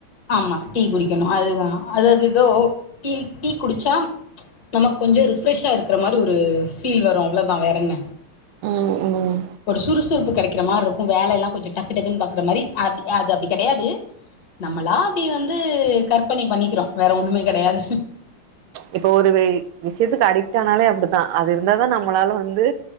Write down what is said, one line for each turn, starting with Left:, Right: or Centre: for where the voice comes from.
Left: ஆமா டீ குடிக்கணு அதுதா அததுதோ டீ டீ குடிச்சா நமக் கொஞ்ச ரிஃப்ரெஷ்ஷா இருக்கற மாரி ஒரு ஃபீல் வரு அவ்ளதா வேறென்ன
Right: ம் ம்
Left: ஒரு சுறுசுறுப்பு கெடைக்கிற மார்ருக்கு வேல எல்லா கொஞ்ச டக்கு க்குன் பாக்குற மாரி அப்டி அது அப்டி கெடையாது நம்மளா அப்டி வந்து கற்பனை பண்ணிக்கிறோ வேற ஒண்ணுமே கெடையாது
Right: இப்ப ஒரு வே விஷியத்துக்கு அடிக்ட் ஆனாலே அப்டித்தா அது இருந்தாதா நம்மளால வந்து